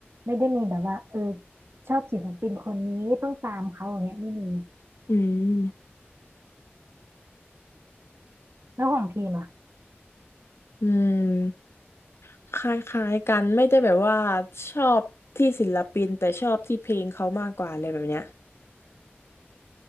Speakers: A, on the right; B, on the left.
A: ไม่ได้มีแบบว่าเออชอบศิลปินคนนี้ต้องตามเขาอย่างเงี้ยไม่มี
B: อืม
A: แล้วของพีมอ่ะ
B: อืมคล้ายๆกันไม่ได้แบบว่าชอบที่ศิลปินแต่ชอบที่เพลงเขามากกว่าอะไรแบบเนี้ย